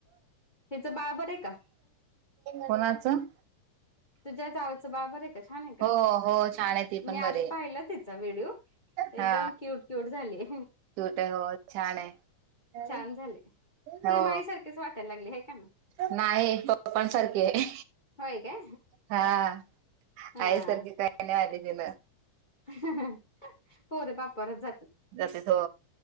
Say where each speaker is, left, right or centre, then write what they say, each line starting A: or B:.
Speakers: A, on the left; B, on the right.
A: तिचं बाळ बरं आहे का?
B: कुणाचं?
A: तुझ्या जावचं बाळ बरं आहे का? छान आहे का,,
B: हो हो छान आहे ती
A: मी
B: पण
A: आज
B: बरी आहे.
A: पाहिलं तिचा व्हिडिओ,,,
B: हा
A: एकदम क्यूट क्युट झालीय.
B: क्यूट आहे हो छान आहे,,
A: छान झाली. सेम
B: हो.
A: आई सारखीच वाटायला लागली हे का ना
B: नाही,, पप्पांनसारखी आहे.
A: होय काय
B: हा,,
A: हा
B: आईसारखी काही नाही आली तिनं.
A: हहहहं, पोरी बापावरंच जातात
B: जाते हो